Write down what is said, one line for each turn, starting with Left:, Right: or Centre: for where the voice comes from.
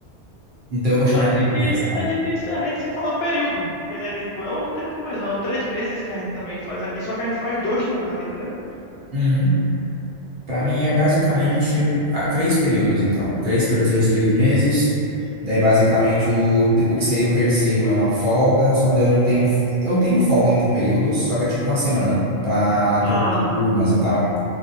Right: Então eu vou chamar
Left: A
Right: de
Left: gente,
Right: trimestre.
Left: a gente, a gente fala período, que é tipo, é o tempo mesmo, é o três meses que a gente também faz aqui, só que a gente faz dois no ano, entendeu?
Right: Uhum. Para mim é basicamente qua- três períodos, então. Três períodos aí de três meses. Daí, basicamente, o, te- o que seria o terceiro é uma folga. Só que daí eu não tenho. f- Eu tenho folga entre períodos, só que é tipo uma semana pra
Left: Ah,
Right: trocar turmas e tal.